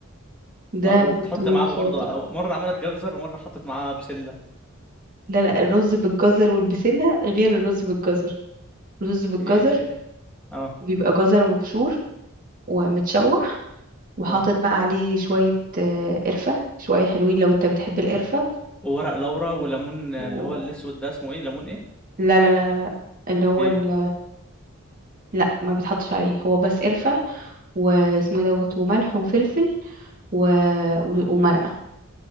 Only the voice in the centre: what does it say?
اه وبتحط
معاه برضه
أو- مره عملت جزر ومره حطت معاه بسله
إيه. اه
اه
وورق لورا وليمون اللي
هو الاسود ده اسمه ايه ليمون ايه
ايه